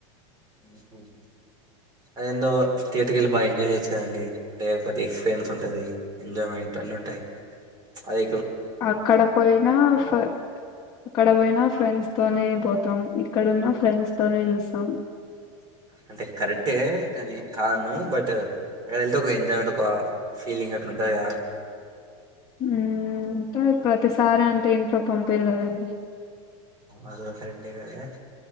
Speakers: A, on the right; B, on the left.
A: హ్ హ్ అద ఎందో థియేటర్ వెళ్ళి బాగా ఎంజాయ్ చేయొచ్చు కథ కదండి అంటే ఒకటి ఎక్స్పీరియన్స్ ఉంటది ఎంజాయ్మెంట్ అన్ని ఉంటాయి అది
B: అక్కడ పోయినా ఫ ఈక్కడ పోయినా ఫ్రెండ్స్ తోనే పో తం ఇక్కడ ఉన్న ఫ్రెండ్స్ తోనే చూస్తాం
A: అంటే కరెక్టే కానీ కాద అనను్ బట్ అక్కడ వెళ్తే ఒక ఎంజాయ్మెంట్ ఒక ఫీలింగ్ అట్ల ఉంటదిగా
B: హ్ అంటే ప్రతిసారి అంటే ఇంట్లో పంపియారు కదండి
A: అది గుడ కరెక్ట్ కదా